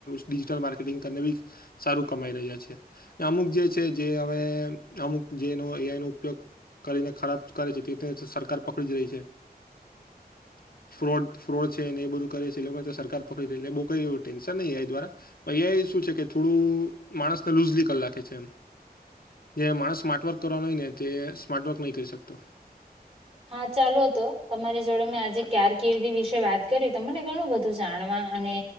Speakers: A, on the left; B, on the right.
A: ડિજિટલ મ્રાકેટીગ કરીને પણ સારું કમાવી રહ્યા છે અને અમુક જે છે એ કે હવે અમુક જેનો એ આપનો ઉપયોગ કરીને ખરાબ કરે છે તે સરકાર પકડી જ રહી છે <inaudible> ફ્રોડ ફ્રોડ છે ને એ બધું કરે છે એ લોકોને સરકાર પકડીેને બહુ કઈ એવ ટેન્શન નહીં દ્વારા થોડું માણ લઝે છે જે માણસ માર્વ કરવાનો હોય ને તે સ્માર્ટ વર્ક નહીં કરી શકતો.
B: હા ચાલો તો તમારી જોડે મેં આજે કારકિર્દી વિશે વાત કરી તમને ઘણું બધું જાણવા અને